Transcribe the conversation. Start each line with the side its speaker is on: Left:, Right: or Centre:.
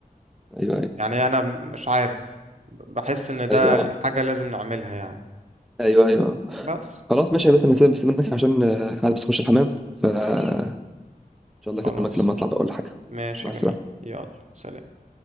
Centre: ايوه ايوه
Right: يعني انا مش عارف بحس ان ده
Centre: ايوه آه.
Right: حاجة لازم نعملها يعني
Centre: ايوه ايوه آه.
Right: بس
Centre: خلاص ماشي بس انا سيبك بس منك عشان آه، عايز بس اخش الحمام فان
Right: ماشي
Centre: شاء الله
Right: خلاص
Centre: اكلمك لما اطلع بقول حاجه
Right: ماشي
Centre: مع
Right: جميل
Centre: السلامه
Right: يلا سلام